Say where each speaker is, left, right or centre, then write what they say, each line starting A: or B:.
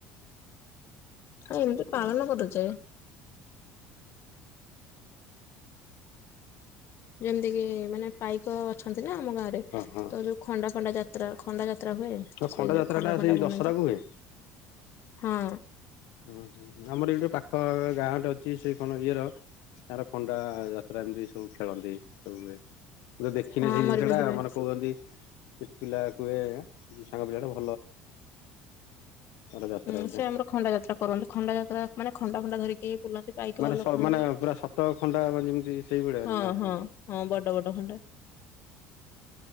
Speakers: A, on the left; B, on the left.
A: ଆ ଏମିତି
B: ହଁ
A: ପାଳନ କରାଯାଏ। ଯେମିତି କିି ମାନେ ପାଇକ ଅଛନ୍ତି ନା ଆମ ଗାଁରେ ତ
B: ହଁ।
A: ଯୋଉ ଖଣ୍ଡା ଫଣ୍ଡା ଯା ଯାତ୍ରା ଖଣ୍ଡା ଯାତ୍ରା ହୁଏ
B: ଆଉ
A: ସେଇ ଯୋଉ
B: ଯାତ୍ରା
A: ଖଣ୍ଡା
B: ଟା
A: ଫଣ୍ଡା
B: ସେଇ
A: ବୁଲାନ୍ତି
B: ଦଶହରାକୁ ହୁଏ?
A: ହଁ।
B: ଉଁ ହୁଁ ଆମର ଏଇ ଗୋଟେ ପାଖ ଗାଁ ଟେ ଅଛି ସେଇ ତମ ଇଏର ତାର ଖଣ୍ଡା ଯାତ୍ରା ଏମତି ସବୁ ଖେଳନ୍ତି ସବୁୁ ହୁଏ। ମୁଁ ତ ଦେଖିନେଇଁ
A: ହଁ
B: ସେଇ
A: ଆମର
B: ଜିନିଷ
A: ବି
B: ଟା
A: ହୁଏ।
B: ମାନେ କୋହୁଚନ୍ତି ସେ ପିଲା କୁହେ ସାଙ୍ଗ ପିଲାଟା ଭ ତାର ଯାତ୍ରା
A: ହୁଁ
B: ଗୋଟେ
A: ସେ ଆମର ଖ ଣ୍ଡା ଯାତ୍ରା କରନ୍ତି। ଖଣ୍ଡା ଯାତ୍ରା ମାନ ଖଣ୍ଡା ଫଣ୍ଡା ଧରିକି ବୁଲ ପାଇକ
B: ମାନେ
A: ଲୋକମାନେ
B: ସ ମାନେ
A: ଯୋଉ
B: ପୁରା ସତ ଖଣ୍ଡା ମାନେ ଯେମିତି ସେଇଭଳିଆ
A: ହଁ
B: ନା କଣ?
A: ହଁ ହଁ ବଡ଼ ବଡ଼ ଖଣ୍ଡା।